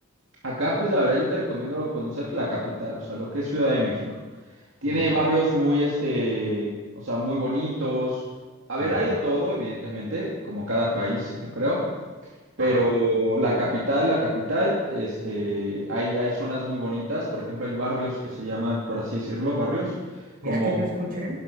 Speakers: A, on the right; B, on the right.
A: Acá, pues la verdad yo te recomiendo conocer la capital, o sea, lo que es Ciudad de México. Tiene
B: ujú,
A: barrios muy, este, o sea, muy bonitos. A ver,
B: ujú,
A: hay de todo, evidentemente, como cada país, yo creo. Pero
B: Ajá.
A: la capital, la capital, este, hay, hay zonas muy bonitas. Por ejemplo, hay barrios que se llaman, por así decirlo, barrios
B: Mira
A: como,
B: que yo escuché